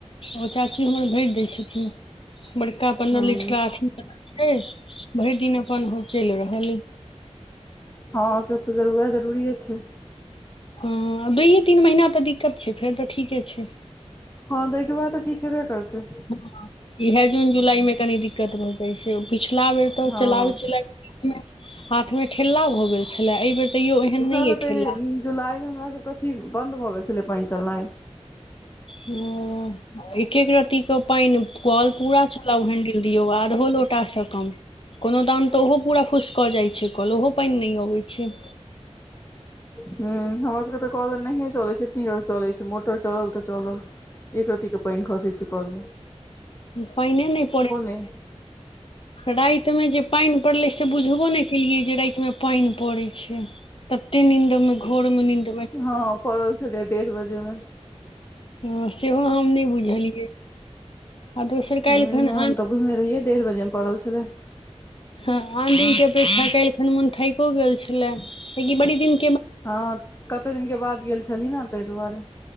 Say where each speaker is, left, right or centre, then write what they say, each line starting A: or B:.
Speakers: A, on the left; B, on the left.
A: ओ चाची हमर भरि दै छथिन। बड़का
B: हूँ
A: पन्द्रह लिटरा छै, भरि दिन अपन चलि रहल अ।
B: हँ सब तऽ जरू वएह जरूरिे छै।
A: हँ, दुइयए तीन महिना तऽ दिक्कत छै, फेर तऽ ठीके छै।
B: हँ तऽ ओके बाद तऽ ठीक हेबे करतै।
A: हँ, इएह जून, जुलाई मे कनि दिक्कत भऽ जाइ छै, पिछला बेर तऽ
B: हँ
A: चलाब च हाथमे ठेला भऽ गेल छलए, एहिबेर तो एहन
B: पिछला
A: नहि अइ
B: बेर तऽ
A: ठेला।
B: जुलाई मे हमरा सबके अथी बंन्द भऽ गेल छलै पानि चलनाइ।
A: हु, एक एक राति कप। पानि कल पूरा छलउ हैंडिल दियौ, आधो लोटा से कम। कोनो टाइम तऽ ओहो पूरा फुस कऽ जाइत छै, कल ओहो पानि नहि अबैत छै।
B: ह, हमर सभके तऽ कल नहिए चलैत छै, चलैत छै मोटर चलल तऽ चलल। एक रत्तीके पानि खसै छै कलमे।
A: पाइने नहि परे
B: नहि
A: रातिमे जे पानि पड़लै से बुझबो नहि केलियै, जे रातिमे पानि पड़ैत छै। तते नींन्द में घोर मे नींन्द।
B: हँ, पड़ै छलैयै डेढ़ बजे मे।
A: ह सेहो हम नहि बुझलियै, आ दोसर काल्हि
B: हूँ
A: खनआन
B: नहि हम तऽ, बुझने रहियै, डेढ़ बजे पड़ल छलै।
A: ह, आन दिनक अपेक्षा कालहि खन मोन थाइको गेल छले, बड़ी दिन
B: हँ, कते दिनके बाद गेल छली ने, ताहि दुआरे।